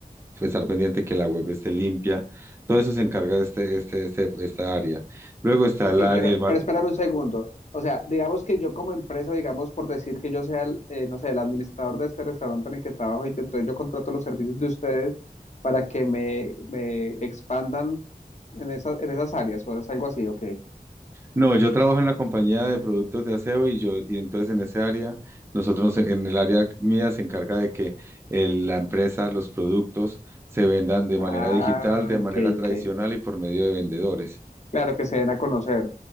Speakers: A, on the right (about 15°); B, on the left (about 45°).
A: pues, estar pendiente que la web esté limpia. Todo eso se encarga de este, este, este- esta área. Luego está
B: Ok,
A: la,
B: pero,
A: el marketing
B: pero espérame un segundo. O sea, digamos que yo como empresa, digamos por decir que yo sea, el, eh, no sé, el administrador de este restaurante en el que trabajo y yo, entonces yo contrato los servicios de ustedes para que me, me expandan en esa- en esas áreas o es algo así, ok.
A: No, yo trabajo en la compañía de productos de aseo y yo, y entonces en ese área, nosotros en en el área mía se encarga de que el- la empresa, los productos se vendan de
B: Ah,
A: manera digital, de manera
B: ok,
A: tradicional
B: ok.
A: y por medio de vendedores.
B: Claro, que se den a conocer.